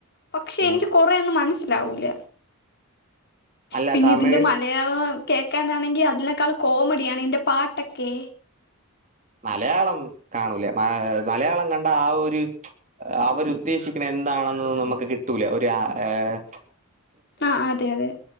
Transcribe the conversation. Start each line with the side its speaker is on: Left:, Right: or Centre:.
Left: പക്ഷെ
Right: ഉം
Left: എനിക്ക് കൊറൊന്നും മനസ്സിലാവൂല
Right: അല്ല
Left: പിന്നെ
Right: തമിഴ്
Left: ഇതിന്റെ മ യാളം കേക്കാനാണെങ്കി അതിനേക്കാളും കോമഡിയാണ് ഇയ്ന്റെ പാട്ടൊക്കെ
Right: മലയാളം കാണൂല മ മലയാളം കണ്ടാ ആഹ് ഒരു അവര് ഉദ്ദേശിക്ണത് എന്താണെന്ന് നമുക്ക് കിട്ടൂല ഒരു ആഹ് ഏഹ്
Left: ആഹ് അതെ അതെ